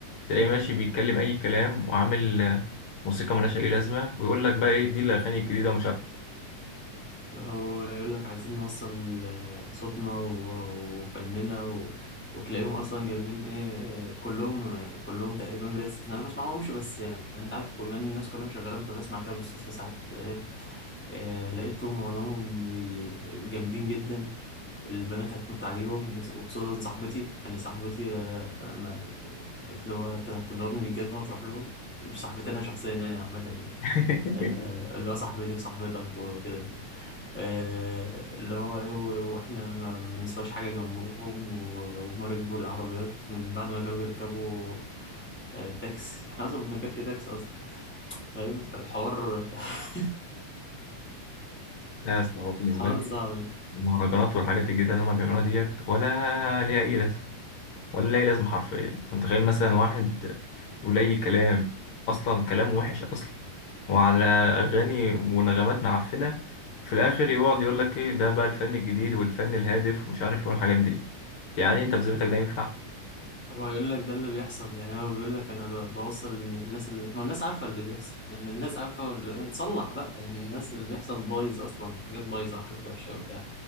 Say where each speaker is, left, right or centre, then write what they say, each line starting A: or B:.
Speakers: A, on the left; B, on the left.
A: تلاقيه ماشي بيتكلم أي كلام وعامل آه، موسيقى ملهاش أي لازمة ويقول لك بقى إيه دي الأغاني الجديدة ومش عارف
B: أو يقول لك عايزين نوصل ال- صوتنا و- وفننا و... وتلاقيهم أصلا جايبين إيه كلهم يعني كلهم تقريبا بلا استثناء أنا ما بسمعهمش بس يعني أنت عارف كل الناس كلها مشغلة فبسمع كده بالصدفة ساعات إيه إيه لقيتهم معظمهم بي- جامدين جدا البنات هتموت عليهم وخصوصا صاحبتي يعني صاحبتي آه، ما قالت له هت- هتضربني بالجزمة وتروح لهم مش صاحبتي أنا شخصيا يعني عامة يعني
A: <laughs>
B: آه، اللي هو صاحبتي وصاحبتك وكده يعني. آه، اللي هو ايه و- واحنا ما ما بنسواش حاجه جنبهم و- وهما ركبوا العربيات من بعد ما كانوا بيركبوا آه، التاكسي احنا اصلا ما بنركبش تاكسي اصلا فاهم الحوار <laughs>
A: لا يا اسطى هو بالنسبة
B: الحوار
A: لي
B: صعب
A: المهرجانات والحاجات الجديدة اللي هما بيعملوها ديت ولا ليها أي لازمة ولا ليها أي لازمة حرفيا أنت متخيل مثلا واحد يقول أي كلام أصلا كلام وحش أصلا وعلى أغاني ونغمات معفنة في الآخر يقعد يقول لك إيه ده بقى الفن الجديد والفن الهادف ومش عارف إيه والحاجات دي يعني أنت بذمتك ده ينفع؟
B: هو يقول لك ده اللي بيحصل يعني هو بيقول لك انا ب- بوصل للناس اللي بيحصل ما الناس عارفه اللي بيحصل يعني الناس عارفه اللي... صلح بقى يعني الناس اللي بيحصل بايظ اصلا حاجات بايظه حاجات وحشه وبتاع